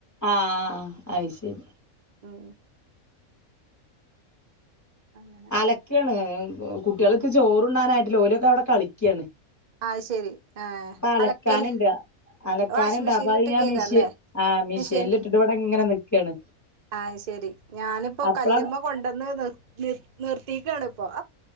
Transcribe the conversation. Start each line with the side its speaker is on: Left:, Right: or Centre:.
Left: ആഹ അത് ശരി
Right: ഉം അങ്ങനെ
Left: അലക്കാണ് കുട്ടികൾക്ക് ചോറണ്ടാനായിട്ടില്ല ഓലൊക്കെ അവിടെ കളിക്കുകയാണ്
Right: ആ ശെരി ആഹ
Left: അലക്കാനുണ്ട്
Right: അലക്കൽ
Left: അലക്കാനുണ്ട്
Right: വാഷിങ് മെഷീനിലിട്ട്
Left: അപ്പൊ അത് ഞാൻ
Right: കേക്കല്ലേ
Left: മെഷീൻ ആഹ് മെഷീനിൽ
Right: മെഷീൻ
Left: ഇട്ടിട്ട് ഇവിടെ ഇങ്ങനെ നിക്കാണ്
Right: ആഹ ശെരി ഞാനിപ്പോ
Left: അപ്പളാണ്
Right: കല്ലുമേ കൊണ്ടന്ന് നിർ നിർ നിർത്തിക്കാണ് ഇപ്പ